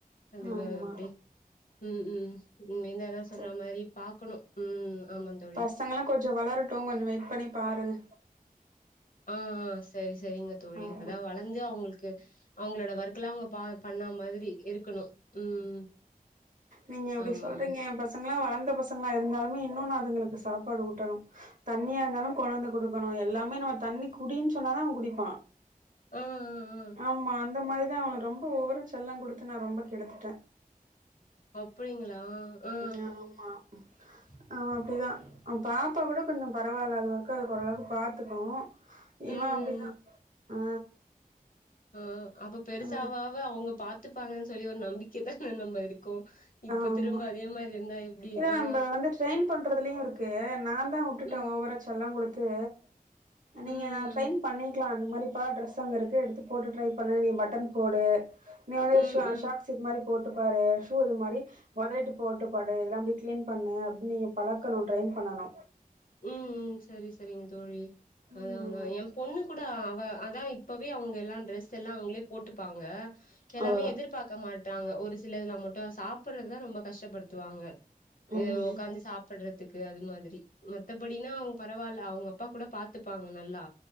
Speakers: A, on the left; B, on the right.
A: கண்டிப்பா
B: ஆமா
A: எப்டி ம் ம் ம் இந்ததா சொல்ற
B: சரி
A: மாரி பாக்கணு ம் ஆமாந்தோ
B: பசங்கல்லா கொஞ்சோ வளரட்டு கொஞ்சோ வெயிட் பண்ணி பாருங்க
A: ஆ ஆ சரி சரிங்க தோழி
B: ஆமா
A: அதா வளந்து அவங்களுக்கு அவங்களோட ஒர்க்ல்லா அவங்க பா பண்ணா மாரி இருக்கணு ம்
B: நீங்க இப்டி
A: ஆமா
B: சொல்றீங்க
A: ஆமா
B: எ பசங்களா வளந்த பசங்களா இருந்தாலுமே இன்னு நா அதுங்களுக்கு சாப்பாடு ஊட்டணு தண்ணியா இருந்தாலு கொழந்த குடுக்கணு எல்லாமே நம்ம தண்ணி குடின்னு சொன்னாதா அவ குடிப்பா
A: ஆ ஆ ஆ
B: ஆமா அந்த மாரி தா அவ ரொம்ப ஒவரா செல்லோ குடுத்து நா ரொம்ப கெடுத்துட்ட
A: அப்டிங்களா ஆ
B: ய்யாமா அவ அப்டிதா அவ பாப்பா கூட கொஞ்சோ பரவால்ல அது ஒர்க்க அதுக்கு ஓரளவுக்கு பாத்துக்கு
A: ம்
B: இவ
A: ம்
B: அப்டிதா ஆ
A: ஓ அப்ப பெருசாவாவ
B: ஆ
A: அவங்க பாத்துப்பாங்கன் சொல்லி ஒரு நம்பிக்கதான நம்ம இருக் க்கோ இப்ப
B: ஆமா
A: திரும்ப அதே மாரி இருந்தா எப்டி
B: இல்ல
A: ஆ
B: நம்ப வந்து ட்ரெய்ன் பண்றதுலயு இருக்கு நாந்தா உட்டுட்டே
A: ம்
B: ஓவரா செல்லோ குடு த்து
A: ம்
B: நீங்க
A: ம்
B: ட்ரெய்ன் பண்ணிக்லா அந்த மாரி ப ட்ரெஸ் அங்க இருக்கு எடுத்து போட்டு ட்ரை பண்ணு நீ பட்டன் போடு நீ வந்து
A: ம்
B: ஷா
A: ம் ம்
B: ஷாக்சு இது மாரி போட்டு பாரு ஷூ இது மாரி ஒதரிட்டு போட்டு பாடு அ இதெல்லா அப்டி க்ளீன் பண்ணு அப்டி நீங்க பழக்கணு ட்ரெய்ன் பண்ணணு
A: ம் ம் சரி சரிங்க தோழி
B: ஆமாமா
A: அதா அதா எ பொண்ணு கூட அவ அதா இப்ப இப்பயு அவங்க எல்லா ட்ரெஸ் எல்லா அவங்களே போட்டுப்பாங்க எல்லாமே
B: ஆ
A: எதிர் பாக்க மாட்டாங்க ஒரு சில இதுல மட்டு சாப்பறதுதா ரொம்ப கஷ்டப்படுத்துவாங்க
B: ம்
A: இது உக்காந்து சாப்படுறதுக்கு அது மாதிரி மத்தபடினா அவங்க பரவால்ல அவங்க அப்பா கூட பாத்துப்பாங்க நல்லா